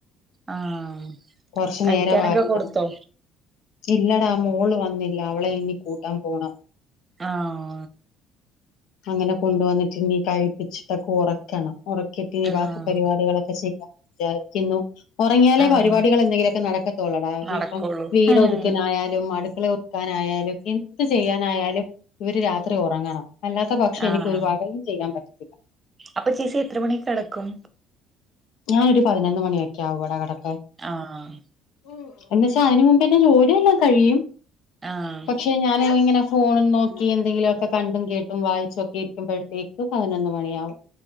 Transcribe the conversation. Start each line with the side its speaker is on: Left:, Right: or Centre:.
Right: ആഹ്
Left: കൊറച്ചു
Right: കയിക്കാനെക്കെ
Left: നേരമായി
Right: കൊടുത്തോ
Left: രണ്ടിന് ഇല്ലടാ മോള് വന്നില്ല അവളെ ഇന്ന് കൂട്ടാംപോണം
Right: ആഹ്
Left: അങ്ങനെ കൊണ്ട് വന്ന്ട്ട് ഇനി കഴിപ്പിച്ചിട്ടൊക്കെ ഒറക്കണം ഒറക്കിയിട്ടിനി
Right: ആഹ്
Left: ബാക്കി പരിവാടികളൊക്കെ ചെയ്യാം വിജാരിക്കുന്നു ഒറങ്ങിയാലെ
Right: ആഹ്
Left: പരിവാടികൾ എന്തെങ്കിലൊക്കെ നടക്കത്തൊള്ളടാ
Right: നടക്കുള്ളൂ
Left: ഇപ്പം വീടൊത്
Right: ഉം
Left: ക്കെനായാലും അട്ക്കളെ ഒത്ക്കാനായാലും എന്ത് ചെയ്യാനായാലും ഇവര് രാത്രി ഒറങ്ങണം അല്ലാത്ത പക്ഷം
Right: ആഹ്
Left: എനിക്ക് ഒരു വാകയും ചെയ്യാംപറ്റത്തില്ല
Right: അപ്പൊ ചേച്ചി എത്ര മണിക്ക് കെടക്കും
Left: ഞാനൊര് പതിനൊന്ന് മണിയെക്കെ ആവോടാ കടക്കാൻ
Right: ആഹ്
Left: ഉം എന്ന് വെച്ചാ ഐന് മുമ്പെന്നെ ജോലിയെല്ലാം കഴിയും
Right: ആഹ്
Left: പക്ഷെ ഞാന് ഇങ്ങനാ ഫോണും നോക്കി എന്തെങ്കിലുവൊക്കെ കണ്ടും കേട്ടും വായിച്ചും ഒക്കെ ഇരിക്കുമ്പഴ്ത്തേക്ക് പതിനൊന്ന് മണിയാവും